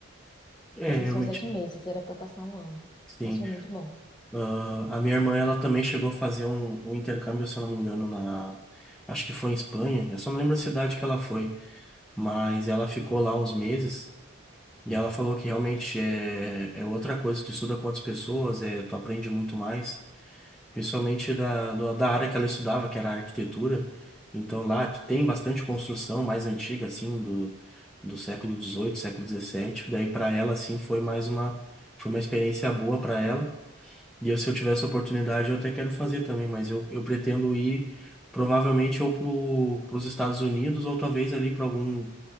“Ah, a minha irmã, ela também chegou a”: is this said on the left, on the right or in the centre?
Centre